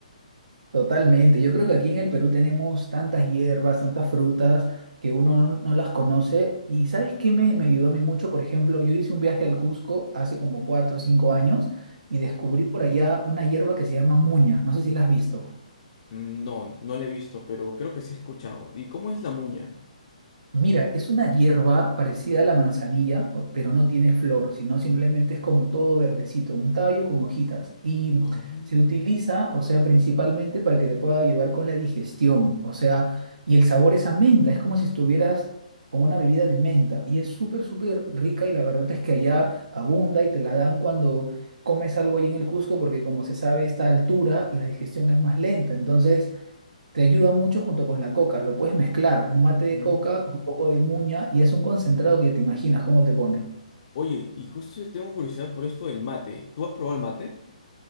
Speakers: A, on the right (about 80°); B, on the left (about 55°).
A: Totalmente. Yo creo que aquí en el Perú tenemos tantas hierbas, tantas frutas que uno no, no las conoce. ¿Y sabes qué me, me ayudó a mí mucho? Por ejemplo, yo hice un viaje al Cusco hace como cuatro o cinco años y descubrí por allá una hierba que se llama muña. No sé si la has visto.
B: No, no la he visto, pero creo que sí he escuchado. ¿Y cómo es la muña?
A: Mira, es una hierba parecida a la manzanilla, o- pero no tiene flor, sino simplemente es como todo verdecito, un tallo con hojitas. Y
B: Ah,
A: se utiliza, o sea, principalmente para que te pueda ayudar con la digestión, o sea, y el sabor es a menta, es como si estuvieras con una bebida de menta. Y es súper, súper rica y la verdad es que allá abunda y te la dan cuando comes algo ahí en el Cusco, porque como se sabe, está a altura y la digestión es más lenta. Entonces... Te ayuda mucho junto con la coca. Lo puedes mezclar, un mate de
B: mm.
A: coca con un poco de muña y es un concentrado que te imaginas cómo te pone.
B: Oye, y justo yo tengo curiosidad por esto del mate. ¿Tú has probado el mate?